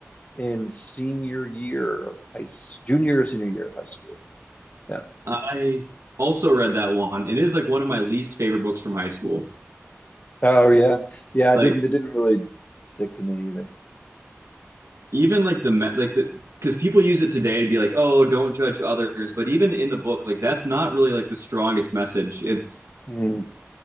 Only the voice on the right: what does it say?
I also read that one. It is like one of my least favorite books from high school.
Like
even like the like the because people use it today to be like, oh, don't judge others. But even in the book, like that's not really like the strongest message. It's